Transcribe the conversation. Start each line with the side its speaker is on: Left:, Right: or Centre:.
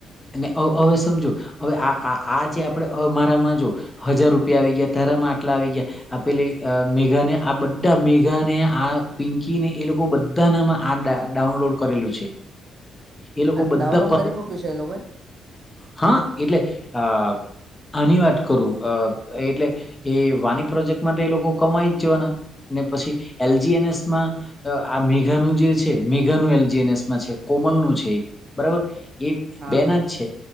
Left: ને હવ હવે સમજો હવે આ આ જે આપણેમારામાં જો હજાર રૂપિયા આવી ગયા તારમાં આટલા આવી ગયા આપેલી મેઘા ને આ બધા મેઘા ને આ પિંકી ને એ લોકો બધામાં આ આ ડાઉનલોડ કરેલું છે એ લોકો
Right: ડઉનલોંગ
Left: બધા
Right: કરી મૂક્યું છે એ લોકોએ
Left: હા એટલે અ આની વાત કરું અ એટલે એ વાની પ્રોજેક્ટમાં તો એ લોકો કમાઈ જ જવાના એ પછી એલજી એનએસ માં અ આ મેઘાનું જે છે મેઘાનું એલજીએનસમાં છે કોમલ નું છે બરોબર એ
Right: હા
Left: બેના
Right: હા
Left: જ છે